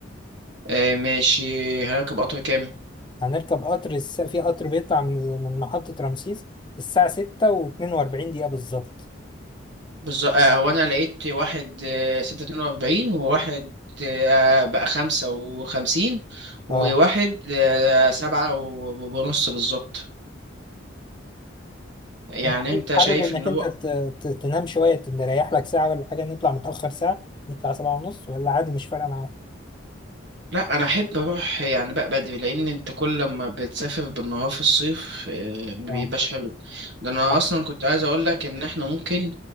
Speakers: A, on the right; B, on the left.
A: آه، ماشي هنركب قطر كام
B: هنركب قطر الس... في قطر بيطلع من من محطة رمسيس الساعة ستة واتنين وأربعين دقيقة بالظبط
A: بالظبط آه، هو انا لقيت واحد آه، ستة اتنين واربعين وواحد آه، بقى خمسة وخمسين وواحد
B: اه
A: آه، سبعة و- ونص بالظبط يعني
B: انت حابب
A: انت
B: حابب
A: شايف
B: انك
A: ان هو
B: انت ت- ت- تنام شويه تريح لك ساعه ولا حاجه نطلع متاخر ساعه نطلع سبعة ونص ولا عادي مش فارقه معاك
A: لا انا احب اروح يعني بقى بدري لان انت كل ما بتسافر بالنهار في الصيف آه، ما
B: اه
A: بيبقاش حلو ده انا
B: صح
A: اصلا كنت عايز اقول لك ان احنا ممكن